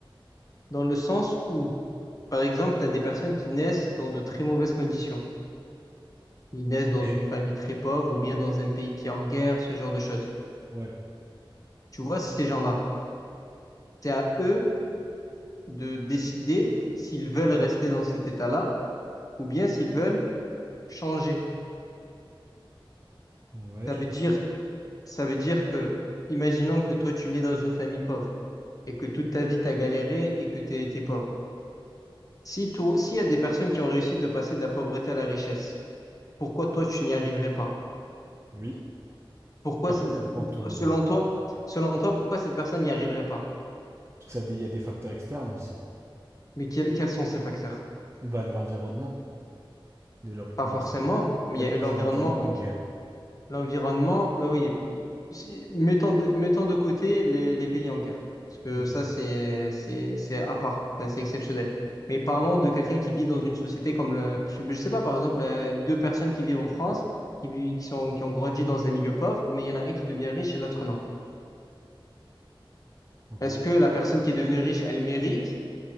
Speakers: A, on the left; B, on the right.
A: Dans le sens où, par exemple, tu as des personnes qui naissent dans de très mauvaises conditions. Ils naissent dans
B: Ok.
A: une famille très pauvre ou bien dans un pays qui est en guerre, ce genre de choses.
B: Ouais.
A: Tu vois, ces gens-là, c'est à eux de décider s'ils veulent rester dans cet état-là ou bien s'ils veulent changer.
B: Ouais,
A: Ça
B: je
A: veut
B: te
A: dire
B: suis.
A: Ça veut dire que, imaginons que toi, tu nais dans une famille pauvre et que toute ta vie, t'as galéré et que t'as été pauvre. Si toi, s'il y a des personnes qui ont réussi de passer de la pauvreté à la richesse, pourquoi toi, tu n'y arriverais pas?
B: Oui.
A: Pourquoi,
B: Après,
A: c'est-
B: ça
A: c'est-
B: dépend de ton...
A: selon toi, selon toi, pourquoi cette personne n'y arriverait pas?
B: Parce que ça, dé- il y a des facteurs externes aussi.
A: Mais quels, quels sont ces facteurs?
B: Bah, l'environnement, déjà pour
A: Pas
B: commencer.
A: forcément, mais
B: t'habites
A: il y a eu
B: dans
A: l'environnement,
B: un environnement
A: ok.
B: en guerre.
A: L'environnement, bah oui, si- mettons de, mettons de côté les, les pays en guerre, parce que
B: Ok.
A: ça, c'est, c'est, c'est à part, ça, c'est exceptionnel. Mais parlons de quelqu'un qui vit dans une société comme le, je je sais pas, par exemple, euh, deux personnes qui vivent en France, qui vivent, qui sont, qui ont grandi dans un milieu pauvre, mais il y en a un qui devient riche et l'autre non.
B: Ok.
A: Est-ce que la personne qui est devenue riche, elle mérite